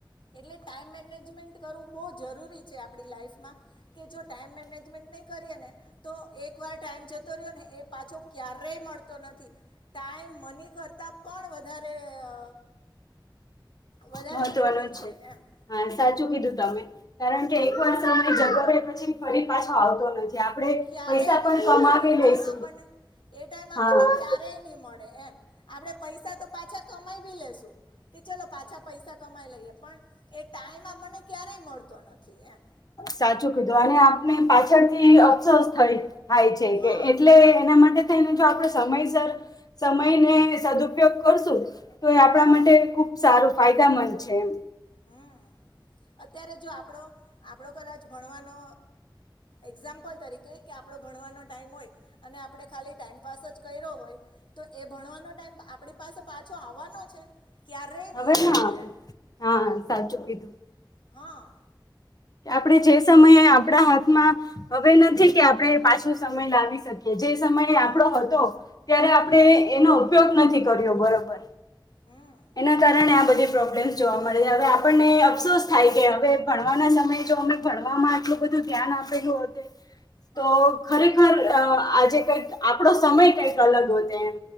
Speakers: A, on the left; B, on the left.
A: એટલે ટાઈમ મેનેજમેન્ટ કરવું બો જરૂરી છે આપડી લાઈફમાં કે જો ટાઈમ મેનેજમેન્ટ નહીં કરીએ ને તો એકવાર ટાઈમ જતો રહ્યો ને એ પાછો ક્યારેય મળતો નથી ટાઈમ મની કરતાં પણ વધારે અ વધારે
B: મહત્વનો છે
A: કિંમતી એમ
B: હા સાચું કીધું તમે કારણ
A: હમ
B: કે એકવાર સમય જતો રહે પછી ફરી પાછો આવતો નથી. આપણે
A: ક્યારેય
B: પૈસા
A: ની
B: પણ
A: મળે
B: કમાવી
A: એ ટાઈમ
B: લઈશું
A: આપણને એ ટાઈમ આપણને
B: હા હા
A: ક્યારેય નહી મળે એમ આપડે પૈસા તો પાછા કમાઈ બી લેશું, કે ચલો પાછા પૈસા. કમાઈ લઈએ, પણ એ ટાઈમ આપણ ને ક્યારેય મળતો નથી એમ.
B: સાચું કીધું અને આપને પાછળથી અફસોસ થઇ. થાય છે, કે
A: હા
B: એટલે એના માટે. જો આપડે સમયસર સમયને સદુપયોગ કરશું તો એ આપણા
A: હા
B: માટે ખૂબ સારું ફાયદામંદ છે એમ
A: હમ્મ અત્યારે જો, આપણો આપડો કદાચ ભણવાનો એક્ઝામ્પલ તરીકે કે આપડો ભણવાનો ટાઈમ હોય, અને આપણે ખાલી ટાઈમપાસ જ કર્યો હોય તો એ ભણવાનો ટાઈમ આપણી પાસે પાછો આવવાનો છે. ક્યારેય
B: હવે
A: નહીં
B: ના આવે,
A: એમ
B: હા સાચું કીધું.
A: હા
B: આપણે જે સમયે
A: ને
B: આપણા હાથમાં હવે નથી કે આપણે પાછો સમય લાવી શકીએ જે સમય
A: હા
B: આપડો હતો ત્યારે આપણે
A: હમ
B: એનો ઉપયોગ નથી કર્યો બરોબર
A: હમ
B: એના કારણે આ બધી પ્રોબ્લેમ્ જોવા મળે હવે, આપણને અફસોસ થાય કે હવે ભણ ભણતર ના સમયે જો ભણવામાં અમે આટલું બધું ધ્યાન આપેલું હો
A: હા
B: તો ખરેખર તો અ આજે કઈક આપડો સમય કઈક અલગ હોત એમ